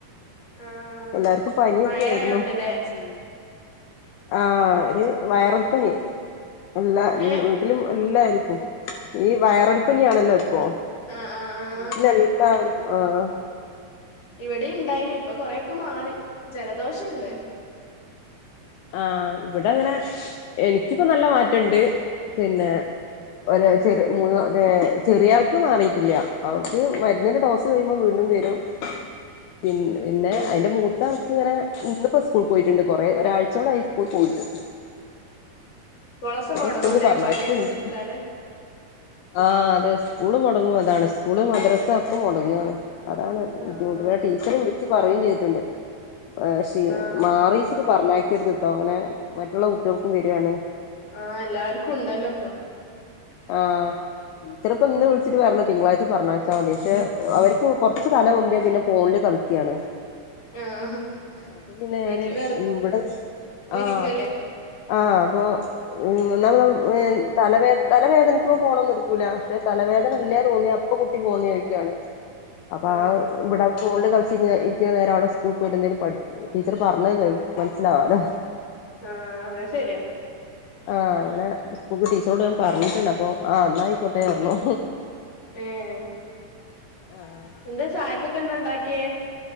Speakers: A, on the left (about 45°); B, on the left (about 80°).
A: ആഹ്
B: എല്ലാർക്കും പനിയൊക്കേയ്രുന്നു
A: മഴ ആയോണ്ടല്ലേ
B: ഉം ആഹ് ഒര് വൈറൽ പനി എല്ലാ എല്
A: ഏഹ്
B: വീട്ടിലും എല്ലാര് ഉം ഈ വൈറൽപ്പനിയാണല്ലോ ഇപ്പോ
A: ആഹ് ആഹ്
B: വീട്ടില്
A: ആഹ്
B: എല്ലാവര്ക്കും ആഹ്
A: ഇവിടിം ഇണ്ടായിനി ഇപ്പൊ കൊറെയൊക്കെ മാറി ജലദോഷണ്ട്
B: ആഹ് ഇവ്ടെങ്ങനെ എനിക്കിപ്പോ നല്ല മാറ്റണ്ട് പിന്നെ ഒരാഴ്ച്ചേല്
A: ആഹ്
B: മൂന്ന് നാ ഏ ചെറിയാൾക്ക് മാറിട്ടില്ല അവൾക്ക് മരുന്നിന്റെ ഡോസ് കഴിയുമ്പോ വീണ്ടും വരും പിന്നെ പിന്നെ
A: ഏഹ്
B: അയ്ന്റെ മൂത്താൾക്ക് ഇങ്ങനെ ഇന്നിപ്പോ സ്കൂള് പോയിട്ട്ണ്ട് കൊറേ ഒരാഴ് ച്ചോളായി സ്കൂള് പോയിട്ട്
A: കൊളൊക്കെ
B: <inaudible>
A: മൊടങ്ങൂലേ
B: സ്കൂള് പറഞ്ഞയച്ചിട്ടുണ്ട്
A: പനിയൊക്കെ പിടിച്ചാല്
B: ആഹ് അതെ സ്കൂള് മൊടങ്ങു അതാണ് സ്കൂള് മദ്രസൊക്കെ മൊടങ്ങാണ് അതാണ് ബുദ്ധിമുട്ട്
A: ആഹ്
B: പിന്നെ ടീച്ചറ് വിളിച്ച് പറയേം ചെയ്തിട്ടുണ്ട് ആ ശീ
A: ആഹ്
B: മാറീച്ചിട്ട് പറഞ്ഞയക്കരുത്ട്ടോ ഇങ്ങനെ മറ്റുള്ള കുട്ട്യള്ക്കും വരാണ്
A: ആ എല്ലാർക്കുണ്ടല്ലപ്പം
B: ആഹ് ടീച്ചറിപ്പം ഇന്ന് വിളിച്ചിട്ട് പറഞ്ഞ് തിങ്കളാഴ്ച പറഞ്ഞയച്ചാതി പക്ഷെ അവർക്ക് കൊറച്ച് തല പൊന്ത്യാ പിന്നെ ഫോണ് കളിക്കാണ്
A: ആഹ്
B: ഉം അപ്പൊ പിന്നെ
A: വീട്ടില്
B: ഞാന്
A: വെറുതെ
B: ഇവ്ടെ ആഹ്
A: ഇരിക്കല്ലേ
B: ആഹ് അപ്പൊ ഉം ഇന്നലെ വെ തലവേ തലവേദനിക്കുമ്പോ ഫോണൊന്നു എട്ക്കൂല പക്ഷെ തലവേദന ഇല്ല്യ തോന്ന്യാ അപ്പൊ കുട്ടി ഫോൺ ചോദിക്കാണ് അപ്പൊ
A: ആഹ്
B: ആ ഇവ്ടെ ഫോണിൽ കളി ച്ച്ന്നെ ഇര്ത്ത്യ നേരം അവിടെ സ്കൂൾ പോയിട്ടെ ന്തേലും പഠ് ടീച്ചർ പറഞ്ഞെ കേൾ മനസ്സിലാവാലോ
A: ആഹ് അത് ശരിയാ
B: ആഹ് അങ്ങനെ സ്കൂക്ക് ടീച്ചറോട് ഞാൻ പറഞ്ഞിട്ടുണ്ട് അപ്പൊ ആ ന്നായി കോട്ടെ ർന്നു
A: ഏഹ്
B: ആഹ്
A: എന്താ ചായക്കൊക്കെ എന്താ ഉണ്ടാക്കിയേ